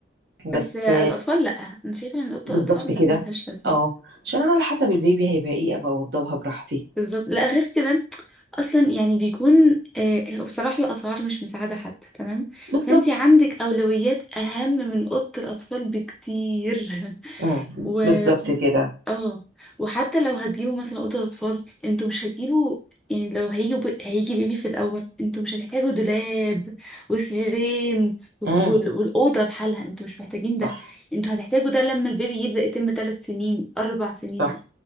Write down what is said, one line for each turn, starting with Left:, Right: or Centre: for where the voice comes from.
Centre: بس
Right: بس
Centre: الاطفال لا انا شايفة ان اوضه
Right: بالضبط
Centre: الاطفال لا
Right: كده،
Centre: ملهاش لازمة
Right: آه، عشان أنا على حسب البيبي هيبقى إيه أبقى أوضّبها براحتي.
Centre: بالظبط لا غير كده اصلا يعني بيكون آه، آه، بصراحة الاسعار مش مساعدة حد تمام
Right: بالضبط،
Centre: فانتي عندك اولويات اهم من اوضة الاطفال بكتير
Right: إمم،
Centre: <laughs> و
Right: بالضبط كده،
Centre: اه وحتى لو هتجيبوا مثلا اوضة اطفال انتوا مش هتجيبوا يعني لو هيجي ب... هيجي بيبي في الاول انتوا مش هتحتاجوا دولاب وسريرين وال...
Right: إمم،
Centre: والاوضة بحالها انتوا مش محتاجين ده
Right: صح،
Centre: انتوا هتحتاجوا ده لما البيبي يبدأ يتم ثلاث سنين اربع سنين
Right: صح،